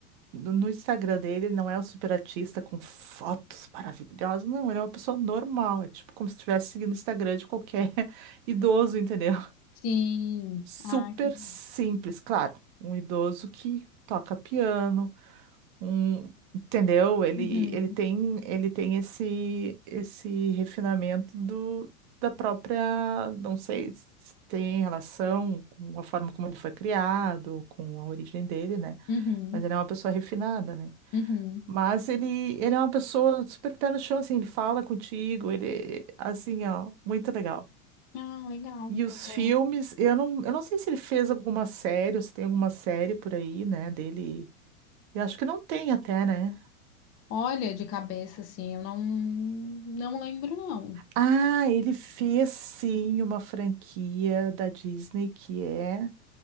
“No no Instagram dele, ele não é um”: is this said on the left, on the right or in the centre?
Right